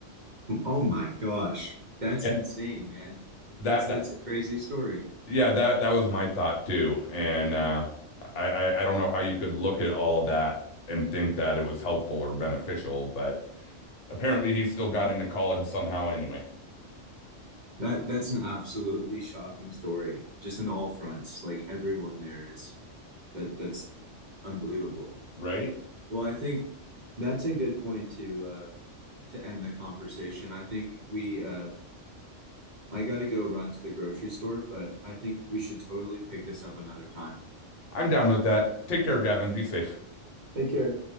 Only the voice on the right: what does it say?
Oh my gosh. That's
insane, man.
That's that's a crazy story.
That that's an absolutely shocking story. Just on all fronts. Like everyone there is that that's unbelievable.
Well, I think that's a good point to uh to end the conversation. I think we uh I gotta go run to the grocery store, but I think we should totally pick this up another time.
Take care.